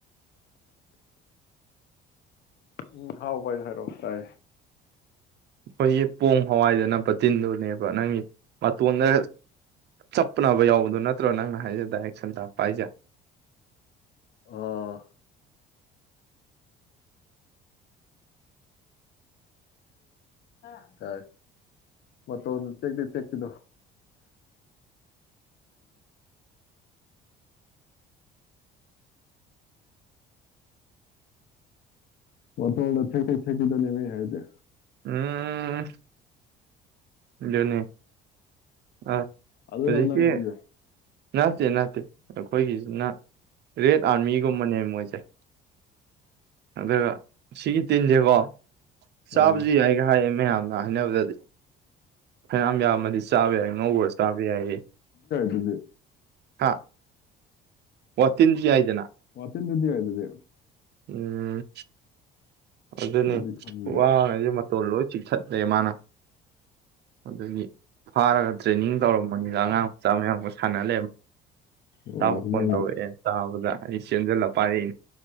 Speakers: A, on the left; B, on the right.
A: ꯎꯝ ꯍꯥꯎ ꯕꯥꯏ ꯍꯥꯏꯔꯣ ꯇꯥꯏ
B: ꯑꯩꯈꯣꯏꯒꯤ ꯄꯣꯡ ꯍꯋꯥꯏꯗ ꯅꯞꯄ ꯇꯤꯟꯗꯨꯅꯦꯕ ꯅꯪꯒꯤ ꯃꯇꯣꯟꯗ ꯆꯞꯄꯅꯕ ꯌꯥꯎꯕꯗꯣ ꯅꯠꯇ꯭ꯔꯣ ꯅꯪꯅ ꯍꯥꯏꯖꯦ ꯗꯥꯏꯔꯦꯛ ꯁꯟꯗ ꯄꯥꯏꯖꯦ
A: ꯑꯥ ꯑꯣ ꯀ ꯃ ꯇ ꯇꯀꯗꯨ ꯑ ꯃꯇꯣꯟꯗ ꯇꯦꯛ ꯇꯦꯛ ꯇꯦꯛꯄꯤꯗꯨꯅꯦꯃꯦ ꯑꯩꯅ ꯍꯥꯏꯖꯦ
B: ꯎꯝ ꯑꯗꯨꯅꯤ ꯑ
A: ꯑꯗꯨꯔꯕ
B: ꯍꯧꯖꯤꯛꯀꯤ
A: ꯅꯪ ꯍꯥꯏꯖꯦ
B: ꯅꯠꯇꯦ ꯅꯠꯇꯦ ꯑꯩꯈꯣꯏꯒꯤꯁꯤꯅ ꯔꯦꯠ ꯑꯥꯔꯃꯤꯒꯨꯝꯕꯅꯦ ꯃꯣꯏꯁꯦ ꯑꯗꯨꯒ ꯁꯤꯒꯤ ꯇꯤꯟꯁꯦꯀꯣ ꯆꯥꯕꯁꯨ
A: ꯑꯥ
B: ꯌꯥꯏꯒ ꯍꯥꯏꯌꯦ ꯃꯌꯥꯝꯅ ꯍꯥꯏꯅꯕꯗꯗꯤ ꯐꯩꯌꯥꯝ ꯌꯥꯝꯕꯅꯤ ꯆꯥꯕ ꯌꯥꯏ ꯉꯧꯔ ꯆꯥꯕ ꯌꯥꯏꯌꯦ
A: ꯁꯤꯗꯤ
B: ꯍꯥꯥ ꯋꯥꯇꯤꯟꯖꯦ ꯌꯥꯏꯗꯅ
A: ꯆꯤꯟꯗꯗꯤ ꯌꯥꯏ ꯑꯗꯨꯗꯤ
B: ꯎꯝ ꯑꯗꯨꯅꯤ
A: ꯑꯗꯨꯗꯤ ꯈꯪꯗꯦ
B: ꯋꯥ ꯉꯩꯁꯦ ꯃꯇꯣꯟ ꯂꯣꯏ ꯆꯤꯛꯊꯠꯂꯦ ꯃꯥꯅ ꯑꯗꯨꯗꯒꯤ ꯐꯥꯔꯒ ꯇ꯭ꯔꯦꯅꯤꯡ ꯇꯧꯔꯝꯕꯅꯤꯅ ꯑꯉꯥꯡ ꯃꯆꯥ ꯃꯌꯥꯝꯒ ꯁꯥꯟꯅꯍꯜ ꯂꯩ
A: ꯑꯣ
B: ꯇꯥꯎꯄꯣꯟꯕꯧꯋꯦ
A: ꯅꯪ
B: ꯇ ꯍꯥꯎꯕꯗ ꯑꯩ ꯆꯟꯖꯂ ꯄꯅꯤ